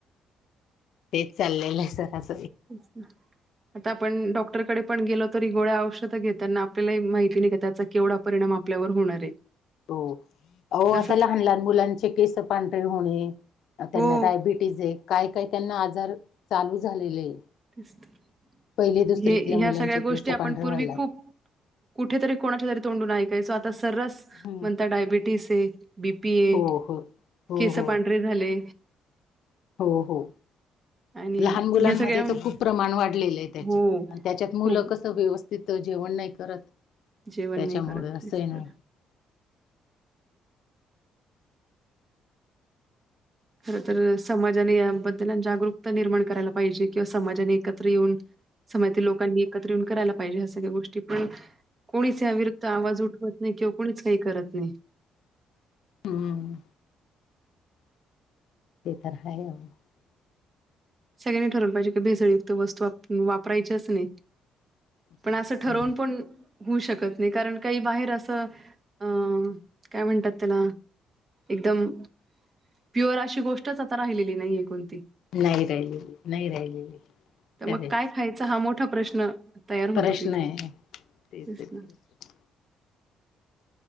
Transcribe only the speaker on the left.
तेच चाललेलं आहे सरास.
हो हो
आता लहान लहान मुलांचे केस पांढरे होणे, त्यांना
डायबिटीज आहे, काय काय त्यांना आजार चालू झालेले,
पहिली दुसरीतल्या
मुलांचे
केस
पांढरे
व्हायला लागले
हम्म.
हो हो हो
हो
हो हो.
लहान मुलांमध्ये
तर खूप प्रमाण वाढलेलं आहे. त्याचे
त्याच्यात मुलं
कस व्यवस्थित तिथ जेवण नाही करत
त्याच्यामुळे
असही
ना
हम्म <unintelligible>
हम्म.
नाही राहिलेली नाही राहिलेली
खरे
प्रश्न
आहे
तेच तेच